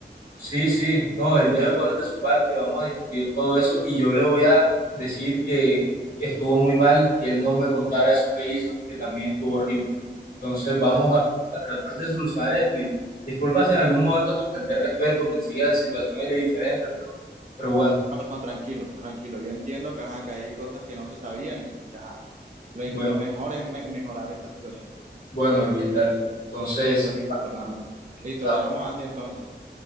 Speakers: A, on the left; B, on the right.
A: Sí, sí, no, él debe poner de su parte, vamos a discutir todo eso y yo le voy a decir que estuvo muy mal, que él no me contara eso que hizo, que también estuvo horrible. Entonces
B: Dale,
A: vamos a, a tratar de solucionar esto y disculpa si en algún momento te falté el respeto, pensé que la situación era diferente, pero, pero bueno,
B: no, no, tranquilo, tranquilo. Yo entiendo que ajá, que hay cosas que no se sabían y, y, ajá, lo,
A: bueno,
B: in- lo mejor es me- mejorar esta situación.
A: bueno, Luis, dale. Entonces,
B: Listo, listo, Fernando. Listo,
A: chao.
B: quedamos así entonces.